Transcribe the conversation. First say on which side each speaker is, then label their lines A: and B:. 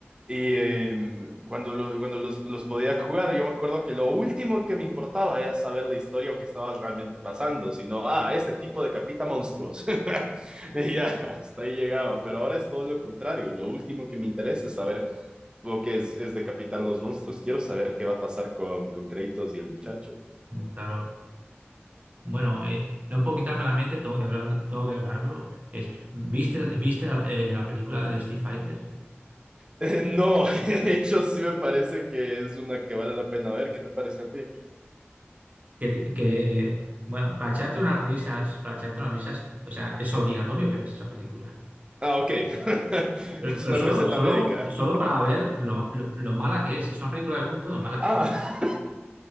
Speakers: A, on the right; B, on the right.
A: y eh, cuando, lo- cuando los, los podía jugar, yo me acuerdo que lo último que me importaba era saber la historia o qué estaba realmente pasando, sino, ah, este tipo decapita monstruos. <laughs> Y ya, hasta ahí llegaba, pero ahora es todo lo contrario. Lo último que me interesa es saber lo que es, es decapitar los monstruos. Quiero saber qué va a pasar con, con Kratos y el muchacho.
B: Claro. Bueno, eh, no puedo quitarme la mente, tengo que hablar, tengo que hablarlo. Es, ¿viste, viste la, eh, la película de Street Fighter?
A: <laughs> No, <laughs> de hecho sí me parece que es una que vale la pena ver. ¿Qué te parece a ti?
B: Que, que, bueno, para echarte unas risas, para echarte unas risas, o sea, es obligatorio que veas esa película.
A: Ah, ok. <laughs>
B: Pero
A: Es
B: pero
A: una
B: solo,
A: receta
B: solo,
A: médica.
B: solo para ver lo, lo- lo mala que es. Es una película de culto, lo mala que
A: Ah,
B: <laughs>